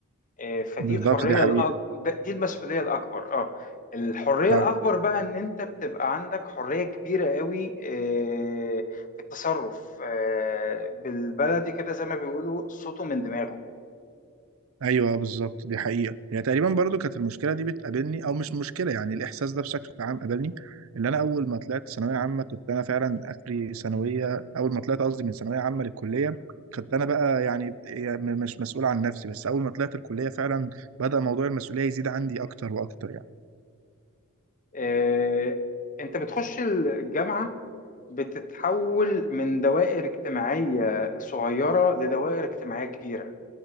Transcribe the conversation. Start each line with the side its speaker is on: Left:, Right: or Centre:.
Left: آه، فدي
Right: بالظبط
Left: الحريه
Right: دي حقيقة
Left: الأك... ده- دي المسؤوليه الاكبر اه الحريه
Right: صح
Left: الاكبر بقى ان انت بتبقى عندك حريه كبيره قوي آه، في التصرف آه، بالبلدي كده زي ما بيقولوا صوته من دماغه
Right: ايوه آه، بالظبط دي حقيقه هي تقريبا برضو كانت المشكله دي بتقابلني او مش مشكله يعني الاحساس ده بشكل عام قابلني اللي انا اول ما طلعت ثانويه عامه كنت انا فعلا اخري ثانويه اول ما طلعت قصدي من ثانويه عامه للكليه كنت انا بقى يعني م- مش مسؤول عن نفسي بس اول ما طلعت الكليه فعلا بدا موضوع المسؤوليه يزيد عندي اكتر واكتر يعني
Left: آه، انت بتخش الجامعه بتتحول من دوائر اجتماعيه صغيره لدوائر اجتماعيه كبيره